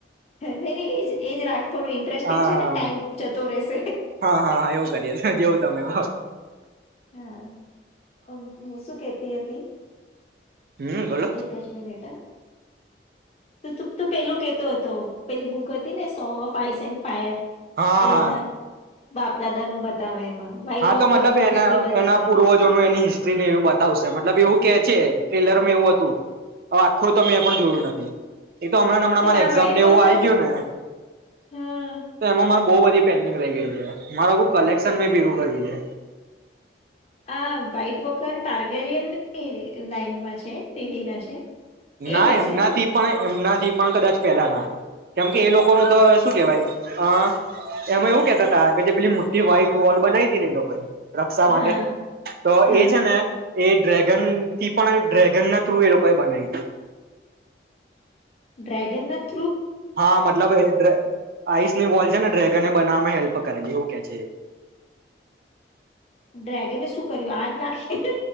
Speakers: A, on the left; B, on the right.
A: નઇ નઈ એજ એ જ રાખ થોડું ઇન્ટરેસ્ટિંગ
B: હા
A: છે ને
B: હા
A: ટાઈમ જતો રહેશે
B: હા હા હા એવું કરીએ જેવું તમે તો
A: હા હું શું કેતી હતી
B: હમ બોલો
A: એક જ મિનિટ હ તો તું તું પેલું કેતો હતો પેલી બૂક હતી ને song of ice and fire
B: હા
A: તેના
B: હા
A: બાપ દાદા નું બતાવે એમાં વ્હાઈટ
B: હા
A: વોકર
B: તો મતલબ
A: નું હિસ્ટ્રી
B: એના
A: બતાવે
B: એના પૂર્વજોનું, એની હિસ્ટ્રીને એવું બતાવશે મતલબ એવું કે ટ્રેલર માં એવું હતું, હવ આખું તો મે પણ જોયું નથી એતો હમણાં હમણાં
A: તો
B: મારે
A: આ
B: એક્ઝામ
A: વ્હાઈટ
B: ને
A: વોકર
B: એવું આઇ ગયું ને
A: હા
B: તો એમો મા બહુ બધી પેન્ડિંગ રહી ગઈ છે, મારું કલેક્શન મે ભેગુ છે
A: આ વ્હાઈટ વોકર ટાર્ગેરીયનની લાઈનમાં છે, ટીઢી ના છે એજ
B: ના
A: હશે
B: એમનાથી
A: ને
B: પણ એમના પણ કદાચ પેલા ના, કેમ કે એ લોકો ન તો શું કેહેવાય અ એમાં એવું કેતા તા કે જે પેલી મોટી વ્હાઈટ વોલ બનાવી તી ને એ લોકો એ રક્ષા માટે
A: હા
B: તો,
A: હા
B: એ છે ને એ ડ્રેગન થી પણ ડ્રેગન ના થ્રુ એ લોકોએ બનાઈ
A: ડ્રગનનાટ
B: હા, મતલબ આઈસ ની વોલ છે ને ડ્રેગને બનાવવામાં હેલ્પ કરેલી એવું કે છે એ
A: ડ્રેગન શું કર્યું આગ નાખી